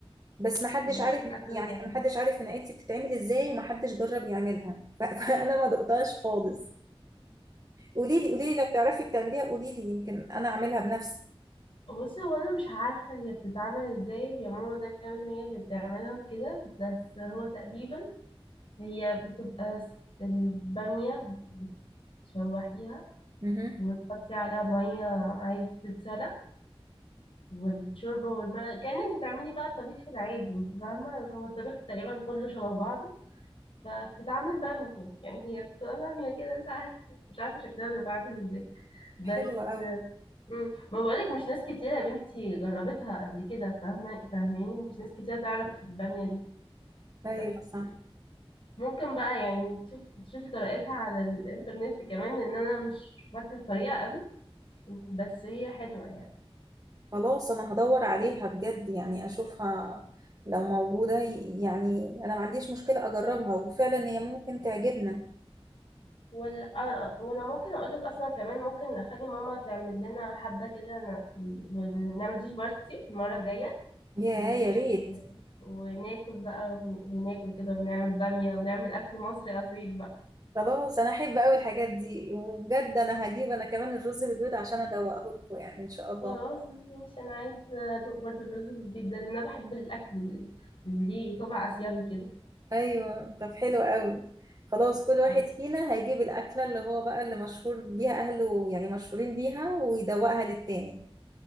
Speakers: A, on the right; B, on the left.
A: بس ما حدش
B: هي ممكن
A: عارف
B: أكلة
A: يعني
B: سعودية
A: ما حدش عارف من عيلتي بتتعمل ازاي وما حدش جرب يعملها <laughs> ف- فانا ما دقتهاش خالص قولي لي قولي لي لو تعرفي بتعمليها قولي لي يمكن انا اعملها بنفسي
B: بصي هو أنا مش عارفة هي بتتعمل ازاي هي ماما دايما هي اللي بتعملها وكده بس هو تقريبا هي بتبقى س- البامية بتشوحيها
A: امم
B: وتحطي عليها مية عادي تتسلق والشوربة والماء كأنك بتعملي بقى الطبيخ العادي انت فاهمة هو الطبيخ تقريبا كله شبه بعضه فبتتعمل بامية يعني هي بتبقى بامية كده مش عارفة مش عارفة شكلها بيبقى عامل ازاي بس
A: حلوة قوي
B: مم. ما بقولك مش ناس كتيرة يا بنتي جربتها قبل كده فاهمة فاهماني مش ناس كتيرة تعرف البامية دي
A: ايوه
B: بس
A: صح
B: ممكن بقى يعني تشوف تشوفي طريقتها على الإنترنت كمان لأن أنا مش فاكرة الطريقة قوي بس هي حلوة
A: خلاص انا هدور
B: يعني
A: عليها بجد يعني اشوفها لو موجودة ي- يعني انا ما عنديش مشكلة اجربها وفعلا هي ممكن تعجبنا
B: وال... آه، آه، وانا ممكن اقول لك اصلا كمان ممكن نخلي ماما تعمل لنا حبه كده ن- في ال... ونعمل ديش بارتي المره الجايه
A: يا
B: و...
A: يا ريت
B: وناكل بقى وناكل كده ونعمل باميه ونعمل اكل مصري اصيل بقى
A: خلاص انا احب قوي الحاجات دي وبجد انا هجيب انا كمان الرز بالبيض عشان ادوقه لكم يعني ان شاء الله
B: خلاص ماشي انا عايزه ادوق برضو الرز بالبيت ده لان انا بحب الاكل ال- اللي ليه طابع اسيوي كده
A: ايوه طب حلو قوي خلاص كل واحد
B: ماشي
A: فينا هيجيب الاكله اللي هو بقى اللي مشهور بيها اهله يعني مشهورين بيها ويدوقها للتاني